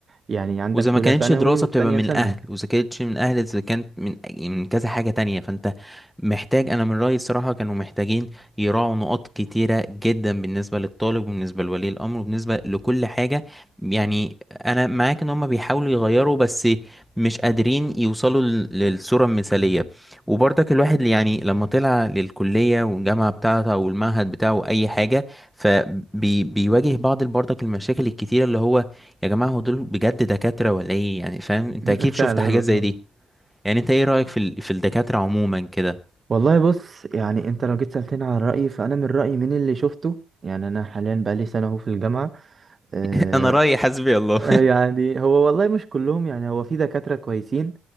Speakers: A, on the right; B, in the centre.
A: يعني عندك
B: واذا ما
A: اولى
B: كانتش
A: ثانوي
B: دراسة
A: والتانية
B: بتبقى من
A: ثانوي
B: اهل واذا كانتش من اهل اذا كانت من من كذا حاجة تانية فانت محتاج انا من رأيي الصراحة كانوا محتاجين يراعوا نقاط كتيرة جدا بالنسبة للطالب وبالنسبة لولي الامر وبالنسبة لكل حاجة يعني انا معاك ان هم بيحاولوا يغيروا بس مش قادرين يوصلوا لل- للصورة المثالية وبرضك الواحد اللي يعني لما طلع للكلية والجامعة بتاعته او المعهد بتاعه اي حاجة فبيواجه بعض برضك المشاكل الكتيرة اللي هو يا جماعة هو دول بجد دكاترة ولا ايه يعني فاهم انت
A: <laughs>
B: اكيد
A: فعلا
B: شفت حاجات
A: والله
B: زي دي يعني انت ايه رأيك في ال... في الدكاترة عموما كده
A: والله بص يعني انت لو جيت سألتني على رأيي فأنا من رأيي من اللي شفته يعني أنا حاليا بقالي سنة أهو في الجامعة آه
B: <laughs> انا رأيي حسبي الله
A: <laughs> يعني هو والله مش كلهم يعني هو في دكاترة كويسين